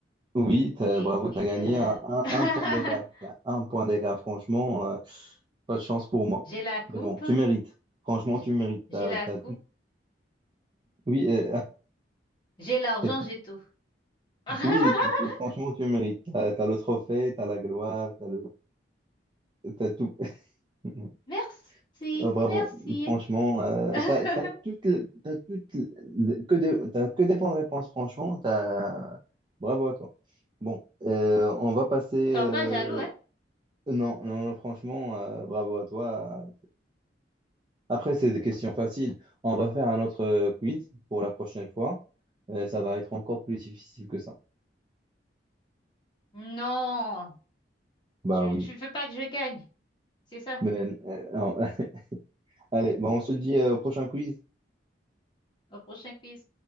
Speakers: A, on the right; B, on the left.
A: Oui, t'as-
B: et
A: bravo, tu
B: et,
A: as gagné
B: euh,
A: à un,
B: <laughs>
A: un point d'écart. Il y a un point d'écart, franchement, euh, pas de chance pour moi.
B: J'ai la coupe,
A: Mais bon, tu mérites. Franchement,
B: j-
A: tu mérites.
B: j'ai
A: T'as-
B: la
A: t'as
B: coupe,
A: tout... Oui, euh,
B: j'ai l'argent,
A: <laughs>
B: j'ai tout. <laughs>
A: oui tu, tu- franchement, tu mérites. Tu as, le trophée, tu as la gloire, tu as le... t'as tout. <laughs>
B: Merci,
A: Oh, bravo,
B: merci.
A: franchement, euh,
B: <laughs>
A: t'as, t'as toutes, les- t'as toutes les- que des, t'as que des bonnes réponses, franchement, t'as, bravo à toi. Bon, euh, on va passer,
B: Sois
A: euh,
B: pas jaloux, hein?
A: non, non, non, franchement, euh, bravo à toi, Après, c'est des questions faciles. On va faire un autre euh, quiz pour la prochaine fois. Euh, ça va être encore plus difficile que ça.
B: Non,
A: Bah
B: tu,
A: oui.
B: tu veux pas que je gagne, c'est ça,
A: Mais, euh, non. <laughs> Allez, bah, on se dit euh, au prochain quiz.
B: au prochain quiz.